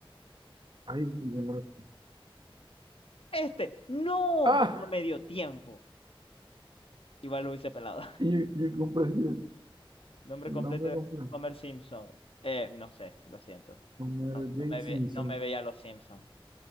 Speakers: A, on the right; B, on the left.
A: Ahí, ya la respuesta.
B: Este. ¡No!
A: ¡Ah!
B: No me dio tiempo. Igual lo hice pelado. <laughs>
A: Y yo, yo con presidente.
B: Nombre
A: El
B: completo
A: nombre
B: de
A: completo.
B: Homer Simpson. Eh, no sé, lo siento.
A: Homero
B: No, no
A: J.
B: me,
A: Simpson.
B: ve- no me veía los Simpson.